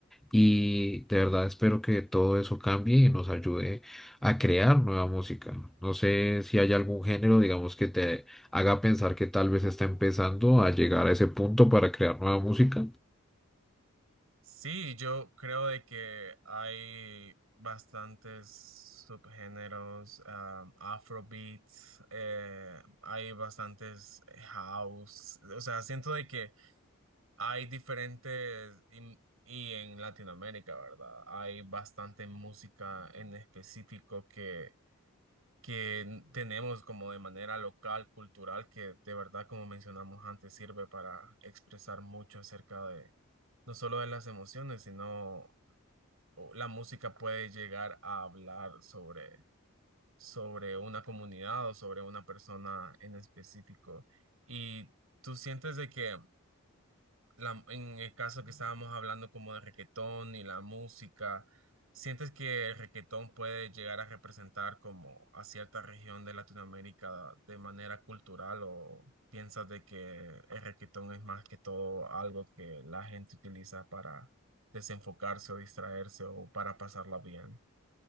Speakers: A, in the centre; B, on the right.
A: Y de verdad espero que todo eso cambie y nos ayude a crear nueva música. No sé si hay algún género, digamos, que te haga pensar que tal vez está empezando a llegar a ese punto para crear nueva música.
B: Sí, yo creo de que hay bastantes subgéneros, um, Afrobeat, eh, hay bastantes house, o sea, siento de que hay diferentes y, y en Latinoamérica, ¿verdad? Hay bastante música en específico que que tenemos como de manera local, cultural, que de verdad, como mencionamos antes, sirve para expresar mucho acerca de no solo de las emociones, sino o la música puede llegar a hablar sobre, sobre una comunidad o sobre una persona en específico. Y tú sientes de que la- en el caso que estábamos hablando como de reguetón y la música, ¿sientes que el reguetón puede llegar a representar como a cierta región de Latinoamérica de manera cultural o piensas de que el reguetón es más que todo algo que la gente utiliza para desenfocarse o distraerse o para pasarla bien?